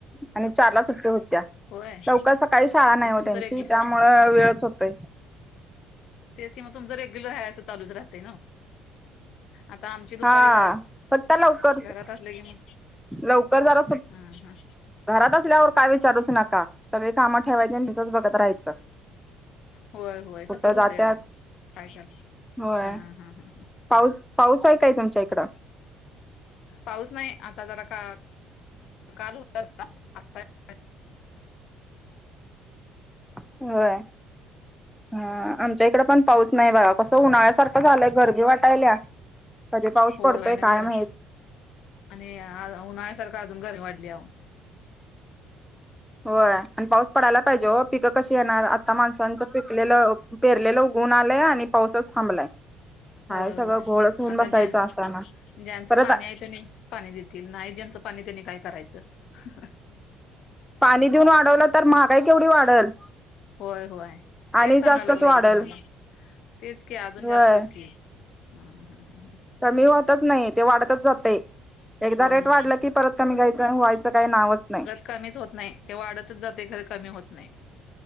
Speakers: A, in the centre; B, on the left.
A: आणि चारला सुट्टी होत्या
B: होय
A: लवकच काही शाळा नाही
B: मग
A: हो
B: तुमचं
A: त्यांची
B: रेग्यु
A: त्यामुळं वेळच होतय
B: तेच कि मग तुमच रेग्युलर ह असं चालूच राहतय ना आता आमची
A: हा
B: दुपारी घरात
A: फक्त लवकरच
B: घरात असले की मग
A: लवकर जरा
B: हा हा
A: घरात असल्यावर काय विचारूच नका सगळे कामं ठेवायचे तचंच बघत राहायचं
B: होय होय
A: कुठं
B: तसच होतं
A: जात्यात
B: अव काय कर
A: होय
B: हा ह ह
A: पाऊस पाऊस आहे काय तुमच्या इकडं
B: पाऊस नाही आता जरा का काल होता अ
A: होय हा आमच्या इकडे पण पाऊस नाही बाघा कसं उन्हाळ्यासारखं झालंय गरब वाटायला कधी पाऊस
B: होय
A: पडतोय
B: होय आणि
A: काय
B: गर
A: माहिती
B: आणि उन्हाळ्यासारखं अजून घरी वाढली
A: होय आणि पाऊस पडायला पाहिजे हो पिकं कशी येणार आता माणसांचं पिकलेलं पेरलेलं उघून आलंय आणि पाऊसच थांबलाय काय
B: होय
A: सगळं
B: होय
A: घोळच होऊन
B: आता
A: बसायचं
B: ज्या
A: असाना
B: ज्यांचं
A: परत
B: पाणी आहेयचं नि पाणी देतील नाही ज्यांचं पाणी त्यांनी काय करायचं
A: पाणी देऊन वाढवलं तर महागाई केवढी वाढल
B: होय होय तेच
A: आणि
B: सांगायला
A: जास्तच
B: लागल
A: वाढल
B: की तुम्हाला तेच की अजून
A: होय
B: जास्तच की ह हा ह ह
A: कमी होतच नाही ते वाढतच जातय एकदा
B: होय
A: रेट वाढलं
B: होय
A: की परत कमी घ्यायचं व्हायचं काही नावच नाही
B: कमीच होत नाही ते वाढतच जाते खर कमी होत नाही